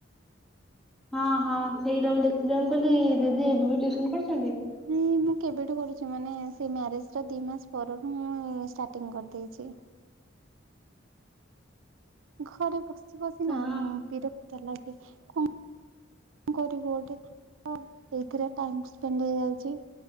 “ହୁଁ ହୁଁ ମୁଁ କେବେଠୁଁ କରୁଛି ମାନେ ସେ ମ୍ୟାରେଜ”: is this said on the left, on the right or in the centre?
Right